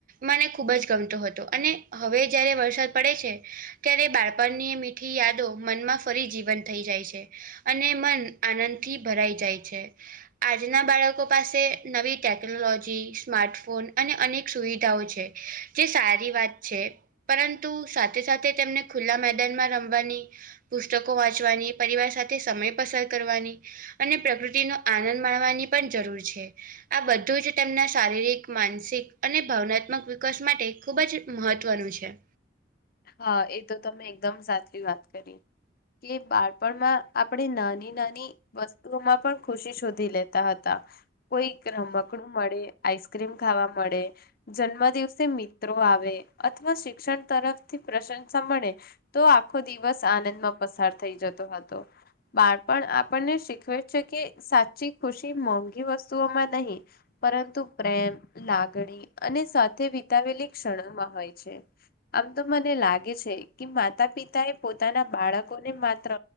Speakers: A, on the right; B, on the left.
A: મને ખૂબ જ ગમતો હતો અને હવે જયારે વરસાદ પડે છે ત્યારે બાળપણની મીઠી યાદો મનમાં ફરી જીવંત થઈ જાય છે. અને મન આનંદથી ભરાઈ જાય છે. આજના બાળકો પાસે નવી ટેકનોલોજી, સ્માર્ટફોન અને અનેક સુવિધાઓ છે જે સારી વાત છે પરં તુ સાથે સાથે તેમને ખુલ્લા મેદાનમાં રમવાની. પુસ્તકો વાંચવાની પરિવાર સાથે સમય પસાર કરવાની. અને પ્રકૃતિનો આનંદ માણવાની પણ જરૂર છે. આ બધું જ તેમને શારીરિક માનસિક અને ભાવનાત્મક વિકાસ માટે. ખૂબ જ મહત્ત્વનું છે.
B: હા એ તો તમે એકદમ સાચી વાત કરી. કે બાળપણમાં આપણે નાની નાની વસ્તુઓમાં પણ ખુશી શોધી લેતા હતા કોઈ રમકડું મળે આઈસ્ક્રીમ ખાવા મળે જન્મ દિવસે મિત્રો આવે અથવા શિક્ષણ તરફ થી પ્રશંસા મળે તો આખો દિવસ આનંદમાં પસાર થઈ જતો હતો બાળપણ આપણને શીખવે છે કે સાચી ખુશી મોંઘી વસ્તુઓમાં નહી પરંતુ પ્રેમ લાગણી અને સાથે વિતાવેલી ક્ષણોમાં હોય છે આમ તો મને લાગે છે કે માતા પિતા એ પોતાના બાળકોને માત્ર